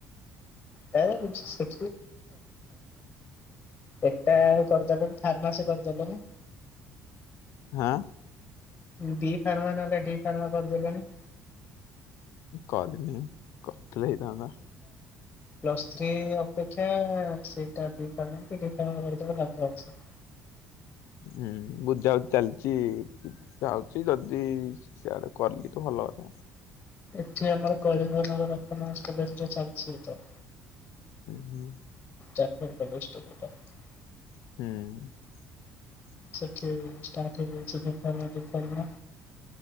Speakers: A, on the left; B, on the left.
A: କାଇଁଛି <unintelligible> ଏଟା ଆ କରିଦବେନ ଫାର୍ମାସ କରିଦ। ଦେଲେନି।
B: ହଁ।
A: ଡି ଫାର୍ମା ନହଲେ ଡି ଫାର୍ମା କରିଦେଲେଣି।
B: କରିନି। କର୍ ଥିଲେ ହେଇଥାନ୍ତା।
A: ପ୍ଲସ ଥ୍ରି ଅପେକ୍ଷା ସେଇଟାବି ଫାର୍ମ ବି ଫାର୍ମ ଦେବାକୁ ହେଲେ ଲାଭ ଅଛି।
B: ହୁଁ ବୁଝା ବୁଝି ଚାଲିଛି ଚାଳଚି ଯଦି ସିଆଡେ କଲି ତ ଭଲ କଥା।
A: ଏଠି ଆମର କଳିଙ୍ଗ ନଗର ଅଟୋନମସ କଲେଜରେ ଚାଲିଛି ଏଟା।
B: ହୁଁ
A: ଯା ପା ଏନୋଷ୍ଟା କଥା। <inaudible>
B: ହୁଁ
A: ସେଠି ଷ୍ଟାଟ ହେଇଯାଇଚି ବିଫାର୍ମ ଡିଫାର୍ମ